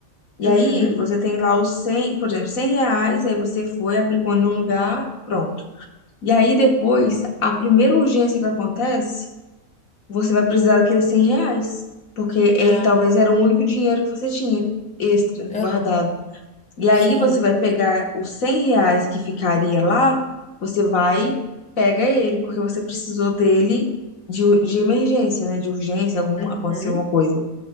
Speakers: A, on the left (about 80°); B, in the centre.
A: E
B: uhum.
A: aí você tem lá os 100, por exemplo, 100 reais, aí você foi, aplicou em um lugar, pronto. E aí depois, a primeira urgência que acontece, você vai precisar daqueles 100 reais, porque ele
B: Ah,
A: talvez era o único dinheiro que você tinha extra
B: Aham,
A: guardado. E aí
B: Sim.
A: você vai pegar os 100 reais que ficaria lá, você vai, pega ele, porque você precisou dele de, ur- de emergência, né? De urgência, algum,
B: Uhum.
A: aconteceu alguma coisa.